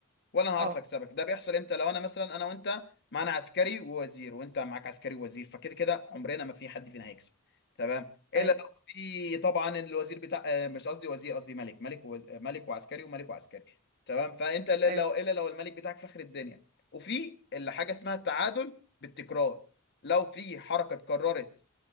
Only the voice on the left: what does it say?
ولا انا
هعرف اكسبك ده بيحصل امتى لو انا مثلا انا وانت معانا عسكري ووزير وانت معاك عسكري ووزير فكده كده عمرنا ما في حد فينا هيكسب تمام الا
لو في طبعا الوزير بتاع آه، مش قصدي وزير قصدي ملك ملك ووز... آه، ملك وعسكري وملك وعسكري تمام فانت الا
لو الا لو الملك بتاعك فخر الدنيا وفي اللي حاجه اسمها التعادل بالتكرار لو في حركه اتكررت